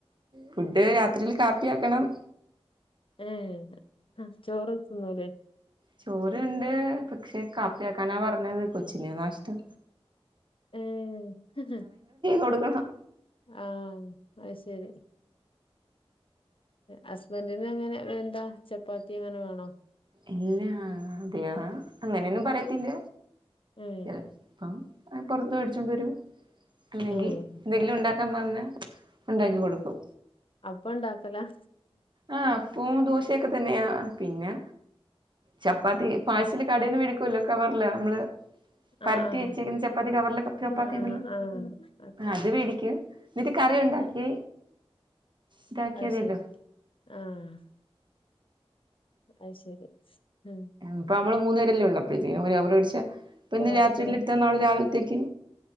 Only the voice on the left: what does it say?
ഏഹ് ചോറ് തിന്നൂല്ലേ?
ഏഹ്
ആഹ് അത് ശെരി ഹസ്ബൻറിന് അങ്ങനെ എന്താ ചപ്പാത്തി അങ്ങനെ വേണോ
ഉം
ഏഹ്
അപ്പം ഉണ്ടാക്കല
ആഹ് ആഹ്
ആഹ്
ആഹ് ഒക്കെ
അഹ്
ശരി ആഹ് അത് ശരി ഉം
ആഹ്
കുറച്ച്